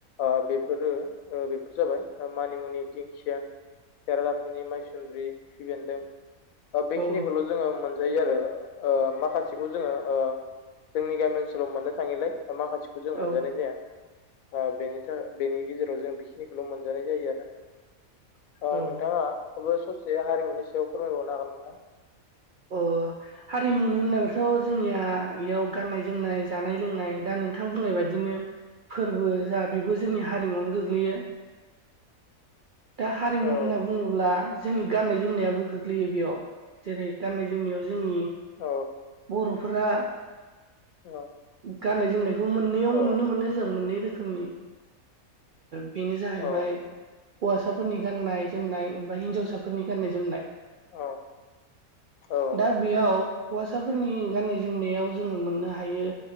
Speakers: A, on the left; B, on the right.
A: ओ बे फोरो ओ बे फोर जाबाय मानिमुनि दिंखिया खेरादाफिनि माइसुन्द्रि खिफिबेन्दों अ बेखिनिखौल'
B: औ
A: जोङो मोन जायो आरो ओ माखासेखौ जोङो ओ जोंनि गामि ओनसोलाव मोननो थाङिलाय माखासेखौ जों
B: औ
A: मोनजानाय जाया ओ बेनि थाखाय बेनि गेजेराव जों बेखिनि ल' मोनजानाय जायो आरो अ
B: औ
A: नोंथाङा बो ससे हारिमुनि सायाव फोरमायबावनो हागोन नोंथां?
B: अह, हारिमुनो होननाबाथ' जोंनिया इयाव गाननाय जोमनाय जानाय लोंनाय दा नोंथां बुंनाय बादिनो फोरबो जा बेबो जोंनि हारिमुवावनो गोग्लैयो। दा हारिमु
A: औ
B: होनना बुंङोब्ला जोंनि गाननाय जोमनायाबो गोग्लौयो बेयाव। जेरै गाननाय जोमनायाव जोंनि
A: औ
B: बर' फोरा
A: औ।
B: गाननाय जोमनायखौ मोननैयाव
A: औ
B: नुनो मोनो जों, मोननै रोखोमनि। बेनो जाहैबाय
A: औ
B: हौवासाफोरनि गाननाय जोमनाय ओमफाय हिनजावसाफोरनि गाननाय जोमनाय।
A: औ औ
B: दा बेयाव हौवासाफोरनि गाननाय जोमनायाव जोङो मोननो हायो